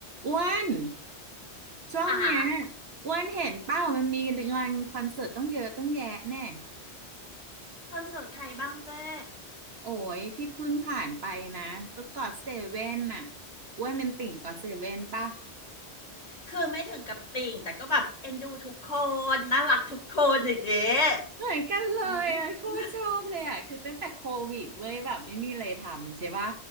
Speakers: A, on the right (about 65°); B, on the left (about 35°).
A: อ้วนช่วงเนี้ย
B: หา
A: อ้วนเห็นเป้ามันมีงานคอนเสิร์ตต้องเยอะต้องแยะแน่
B: คอนเสิร์ตใครบ้างเจ้
A: โอ้ยที่เพิ่งผ่านไปนะก็กอดเซเว่นน่ะอ้วนเป็นติ่งกอดเซเว่นป่ะ
B: คือไม่ถึงกับติ่งแต่ก็แบบเอ็นดูทุกคนน่ารักทุกคนอย่างเงี้ย
A: เหมือนกันเลยอ่ะโคตรชอบเลยอ่ะคือตั้งแต่โควิดเว้ยแบบไม่มีอะไรทำใช่ป่ะ
B: อืม